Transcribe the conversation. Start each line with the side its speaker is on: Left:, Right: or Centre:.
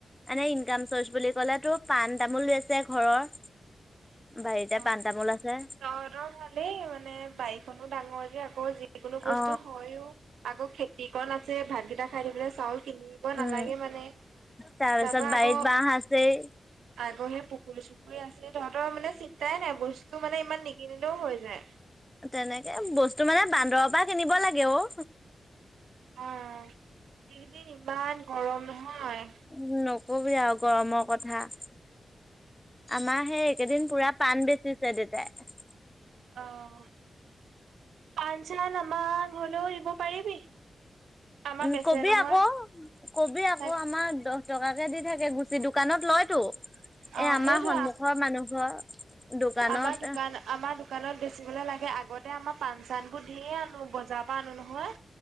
Left: এনেে ইনকাম চৰ্চ বুলি ক'লে তো পাণ তামোল আছে ঘৰৰ বাৰতিয়া
Right: ত
Left: পান তামোল আছে
Right: তহঁতৰ ভালেই মানে বাৰিখনো ডাঙৰ যে আকৌ যিকোনো বস্তু
Left: অ
Right: হয়ও আকৌ খেতি কণ আছে ভাতকেইটা খাই থ পাই চাউল কিনি দিব নালাগে
Left: উম
Right: মানে
Left: তাৰপিছত
Right: তাৰ পৰাা
Left: বাৰীত
Right: আকৌ
Left: বাঁহ আছেই
Right: আগৰ সেই পুখুৰী চুখুৰী আছিল তহঁতৰ মানে চন্তা তাই নাই বস্তু মানে ইমান নিকিনিলেও হৈ যায়
Left: তেনেকে বস্তু মানে বান্দৰৰ পৰা কিনিব লাগে অ
Right: অ এইকেইদিন ইমান গৰম নহয়
Left: উম নকবি আৰু গৰমৰ কথা আমাৰ সেই এইকেদিন পুৰা পাণ বেচিছে দেতাই
Right: আহ পান চান আমাক হলেওে এৰিব পাৰিবি আমাৰ
Left: উম,
Right: বেচে
Left: কবি
Right: নহয়
Left: আকৌ, কবি আকৌ,
Right: তাক
Left: আমাৰ দ টকাকে দি থাকে, গুচি দোকানত লয়তো
Right: অ
Left: এ আমাৰ
Right: সেইটো
Left: সন্মুখৰ মানুহ ঘৰ দোকানত
Right: আমাৰ দোকান আমাৰ দ দোকানত বেচিবলৈ লাগে, আগতে আমাৰ পা চানবোৰ দিয়ে আনো বজাৰ পৰা আনো নহয়